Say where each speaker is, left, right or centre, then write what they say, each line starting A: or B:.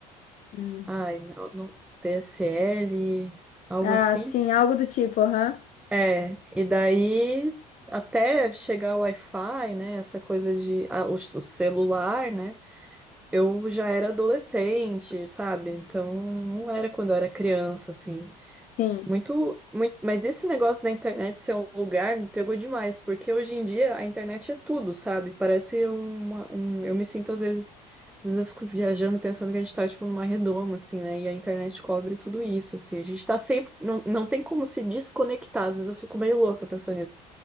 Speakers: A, on the left; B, in the centre.
A: Hum.
B: Ai, não, não, T S L, algo
A: Ah,
B: assim.
A: sim, algo do tipo, aham.
B: É, e daí até chegar o Wi-Fi, né? Essa coisa de ah, o o celular, né? Eu já era adolescente, sabe? Então não era quando eu era criança, assim.
A: Sim,
B: Muito, muito, mas esse negócio da internet ser um lugar me pegou demais, porque hoje em dia a internet é tudo, sabe? Parece uma, um, eu me sinto às vezes, às vezes eu fico viajando pensando que a gente tá tipo numa redoma, assim, né? E a internet cobre tudo isso, assim. A gente tá sempre, não, não tem como se desconectar. Às vezes eu fico meio louca pensando nisso.